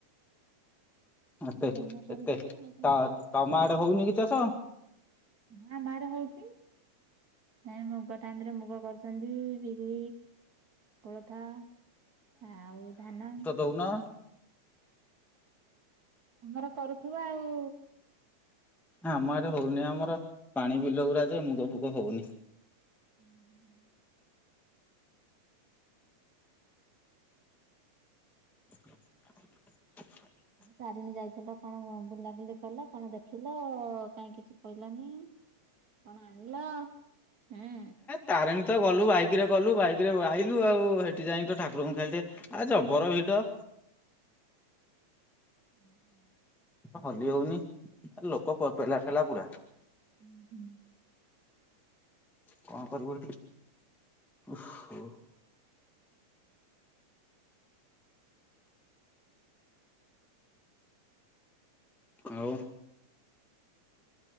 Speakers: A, in the centre; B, on the right (about 70°).
A: ଏତେ
B: ଧାନ କରୁଛ
A: ଏତେ
B: ନା ଆଉ କଣ
A: ତ
B: ସବୁ?
A: ତମ ଆଡେ ହଉନିକି ଚାଷ?
B: ହୁଁ ଆମଆଡେ ହଉଚି। ଏଇ ମୁଗ ଟାଇମରେ ମୁଗ କରୁଚନ୍ତି ବିରି କୋଳଥ ଆଉ ଧାନ।
A: କୋଉନ।
B: ତମର କରୁଥିବ ଆଉ
A: ଆମ ଆଡେ ହଉନି ଆମର ପାଣି ବିଲ ଉରା ଯେ ମୁଗ ଫୁଗ ହଉନି।
B: <unintelligible>
A: <unintelligible>
B: ତାରେଣୀ ଯାଇଥିଲ କଣ ବୁଲାବୁଲି କଲ କଣ ଦେଖିଲ କାଇଁ କିଛି? କହିଲନି କଣ ଆଣିଲ ହେଁ?
A: ତାରେଣୀତ ଗଲୁ ବାଇକିରେ ଗଲୁ ବାଇକିରେ ଆଇଲୁ ଆଉ ହେଠି ଯାଇକିତ ଠାକୁରଙ୍କୁ ଖାଲି ଟିକେ ଆଏ ଜବର ଭିଡ।
B: <inaudible>
A: ହଲି ହଉନି ଲୋକ ପ ପେଲାଠେଲା ପୁରା
B: <unintelligible>
A: କଣ କରିବୁ ଏଠି ଓହୋ ଆଉ